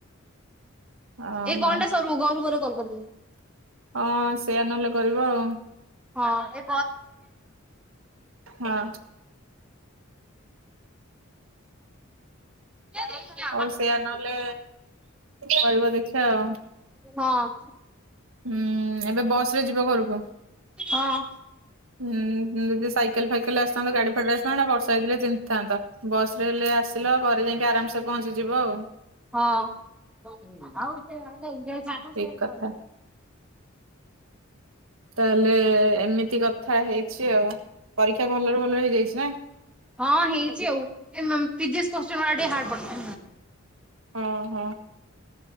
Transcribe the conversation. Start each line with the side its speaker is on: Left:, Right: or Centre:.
Right: ଓହୋ
Centre: ଏ କଲ୍ ଟା ସରୁ ଘରୁକୁ ଗଲେ କଲ୍ କରିବୁ।
Right: ହଁ ସେଇଆା ନହେଲେ କରିବ ଆଉ।
Centre: ହଁ <inaudible>
Right: ହଁ
Centre: <unintelligible>
Right: ହଉ ସେଇଆ ନହେଲେ କରିବା ଦେଖିବା ଆଉ।
Centre: ହଁ।
Right: ହୁଁ ଏବେ ବସ ରେ ଯିବ ଘରକୁ।
Centre: ହଁ।
Right: ହୁଁ ହୁଁ ଯଦି ସାଇକେଲ ଫାଇକେଲ ରେ ଆସିଥାନ୍ତ ଗାଡି ଫାଡିରେ ଆସିଥାନ୍ତ ନା ବର୍ଷା ହେଇଥିଲେ ତିନ୍ତି ଥାନ୍ତ। ବସ ରେ ହେଲେ ଆସିଲ ଘରେ ଯାଇକି ଆରାମସେ ପହଞ୍ଚିଯିବ ଆଉ।
Centre: ହଁ।
Right: ଠିକ କଥା ତାହେଲେ ଏମିତି କଥା ହେଇଚି ଆଉ ପରୀକ୍ଷା ଭଲରେ ଭଲରେ ହେଇଯାଇଚି ନା।
Centre: ହଁ ହେଇଛି ଆଉ ଏ ମ ଫିଜିକ୍ସ କୋଶ୍ଚେନ ଉଡା ଟିକେ ହାର୍ଡ ପଡ଼ିଥିଲା।
Right: ଓଁ ହୋ।